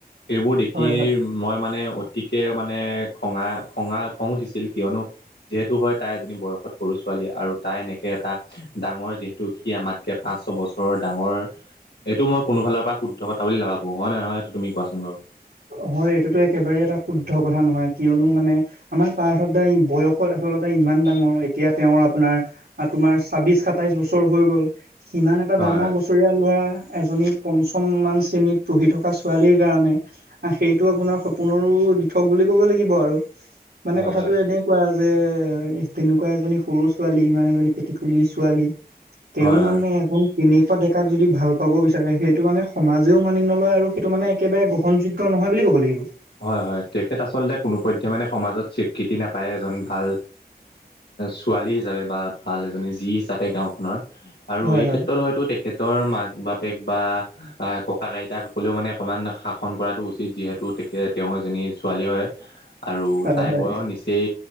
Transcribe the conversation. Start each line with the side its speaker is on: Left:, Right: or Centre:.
Left: সেইবোৰ দেখি
Right: হয় হয়
Left: মই মানে গতিকে মানে খঙা খঙা খং উঠিছিল কিয়নো যিহেতু হয় তাই এজনী বয়সত সৰু চ ছোৱালী আৰু তাই এনেকে এটা ডাঙৰ যিহেতু সি আমাতকে পাঁচ ছ বছৰ ডাঙৰ এইটো মই কোনোফালৰ পৰা শুদ্ধ কথা বুলি নাভাবোঁ হয় নহয় এইটো তুমি কোৱাচোন বাৰু।
Right: হয় এইটোতো একেবাৰে এটা শুদ্ধ কথা নহয় কিয়নো মানে আমাৰ পাৰ্থব দা বয়সত আচলতে ইমান ডাঙৰ এতিয়া তেওঁৰ আপোনাৰ তোমাৰ ছাবিশ সাতাইশ বছৰ হৈ গ'ল। ইমান এটা
Left: হয়
Right: ডাঙৰ বছৰীয়া ল'ৰা। এজনী পঞ্চম মান শ্ৰেণীত পঢ়ি থকা ছোৱালীৰ কাৰণে সেইটো আপোনাৰ সপোনৰো দিঠক বুলি ক'ব লাগিব আৰু মানে
Left: হয়
Right: কথাটো
Left: হয় হয়
Right: এনে কোৱা যে তেনেকুৱা এজনী সৰু ছোৱালী ইমান এজনী পেটিকুলিৰ ছোৱালী তেওঁ
Left: হয়
Right: মানে
Left: হয়
Right: এজন কেনেকুৱা ডেকাক যদি ভাল পাব বিচাৰে সেইটো মানে সমাজেও মানি নলয় আৰু সেইটো মানে একেবাৰে গ্ৰহণযোগ্য। ক নহয় বুলি ক'ব লাগিব।
Left: হয় হয় তেখেত আচলতে কোনো পধ্যে মানে সমাজত। স্বীকৃতি নাপায় এজন ভাল ছোৱালী হিচাপে বা ভাল এজনী যি হিচাপে গাঁওখনত। আৰু
Right: হয়
Left: এই
Right: হয়
Left: ক্ষেত্ৰত হয়তো, তেখেতৰ মাক বাপেক বা ককা আইতাক সকলেও মানে অকণমান শাসন কৰাটো উচিত যিহেতু, তেওঁৰ এজনী ছোৱালী হয় আৰু
Right: হয়
Left: তাইৰ
Right: হয়
Left: বয়স নিচেই,